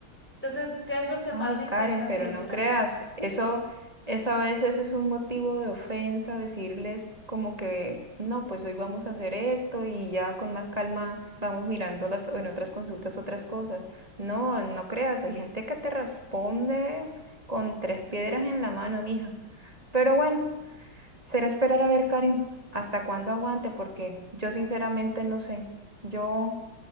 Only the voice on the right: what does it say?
Ay,
Karen, pero
no creas, eso, eso a veces es un motivo de ofensa, decirles como que no, pues hoy vamos a hacer esto y ya con más calma vamos mirando las, en otras consultas otras cosas. No, no creas, hay gente que te responde con tres piedras en la mano, mija. Pero bueno, será esperar a ver, Karen, hasta cuándo aguante, porque yo sinceramente no sé. Yo